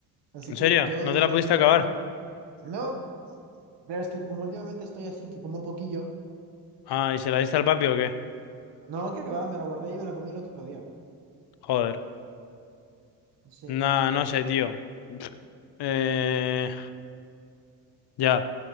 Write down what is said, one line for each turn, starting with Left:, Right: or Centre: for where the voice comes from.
Right: Así
Left: ¿En
Right: que
Left: serio?
Right: yo
Left: ¿No
Right: hubiera
Left: te la pudiste
Right: tenido
Left: acabar?
Right: razón. No, pero es que como últimamente estoy así, que como poquillo.
Left: Ah, ¿y se la diste al papi o qué?
Right: No, que va, me la guardé y me la comí el otro día.
Left: Joder.
Right: Sí.
Left: Nah, no sé, tío. Eh. Ya.